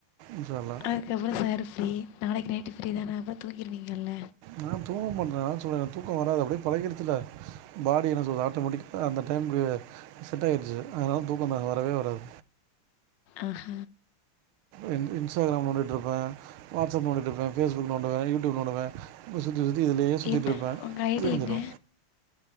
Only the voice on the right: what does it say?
உஷார்தா
நா தூங்க மாட்ட நாதா சொல்றனே தூக்கம் வராது அப்டியே பழகிருச்சி இல்ல பாடி என்ன சொல்து ஆட்டோமேட்டிக்க அந்த டைமுக்கு செட்டாயிருச்சி அதனால தூக்கந்தா வரவே வராது
என் ரீல்ஸு எதனா நோண்டிட்டு இருப்ப வாட்ஸ்அப் நோண்டிட்டு இருப்ப பேஸ்புக் நோண்டுவ யூடியூப் நோண்டுவ இப்ப சுத்தி சுத்தி இதுலே சுத்திட்டு
இருப்ப
விடிஞ்சிரு